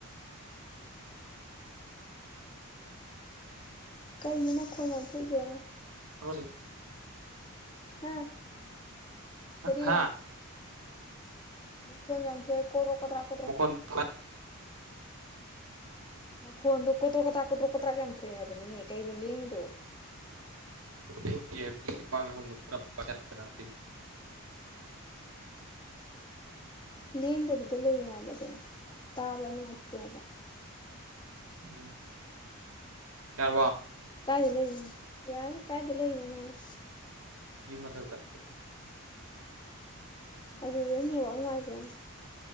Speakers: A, on the left; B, on the right.
A: ꯀꯩꯅꯣ ꯃꯈꯣꯟ ꯌꯥꯝ ꯊꯣꯛꯏꯖꯦ?
B: <unintelligible>
A: ꯍꯥ ꯀꯔꯤ?
B: ꯍꯥ
A: ꯃꯈꯣꯟ ꯌꯥꯝ ꯊꯣꯛꯑꯦ ꯀꯣꯗ꯭ꯔꯣꯛ ꯀꯗ꯭ꯔꯥꯛ ꯀꯣꯗ꯭ꯔꯣꯛ
B: ꯃꯈꯣꯟ <unintelligible>
A: ꯃꯈꯣꯟꯗꯣ ꯀꯣꯗ꯭ꯔꯣꯛ - ꯀꯗ꯭ꯔꯥꯛ ꯀꯣꯗ꯭ꯔꯣꯛ- ꯀꯗ꯭ꯔꯥꯛ ꯌꯥꯝ ꯊꯣꯛꯑꯦ ꯍꯥꯏꯕꯅꯤꯅꯦ ꯀꯩꯅꯣ ꯂꯦꯡꯉꯤꯗꯣ?
B: <unintelligible>
A: ꯂꯦꯡꯗꯕꯤꯗ ꯂꯩꯌꯣ ꯍꯥꯏꯕꯗꯣ ꯇꯥꯕ ꯅꯨꯡꯉꯥꯏꯇꯦ ꯍꯥꯏꯕꯥ꯫
B: ꯎꯝ ꯌꯥꯔꯕ
A: ꯀꯥꯏꯗ ꯂꯩꯅꯣ ꯌꯥꯔꯦ ꯀꯥꯏꯗ ꯂꯩꯅꯣꯅꯪ?
B: ꯌꯨꯝ ꯃꯊꯛꯇ
A: ꯑꯗꯨꯗ ꯅꯦꯠꯋꯥꯔꯛ ꯅꯨꯉꯥꯏꯕ꯭ꯔꯣ?